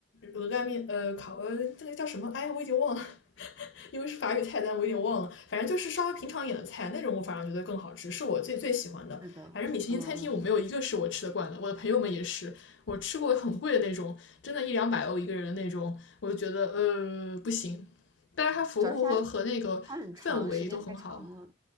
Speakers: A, on the left; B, on the right.
A: 鹅肝面、呃烤呃这个叫什么？哎，我已经忘了。因为是法语菜单，我有点忘了，反正就是稍微平常一点的菜，那种我反而觉得更好吃，是我最最喜欢的。
B: 是的，
A: 反正米其林餐厅我没有一个是我吃得惯的，
B: 嗯嗯，
A: 我的朋友们也是，我吃过很贵的那种，真的一两百欧一个人的那种，我就觉得呃不行。但是它服务和和那个氛围都很好，
B: 主要是它它很长，时间太长了。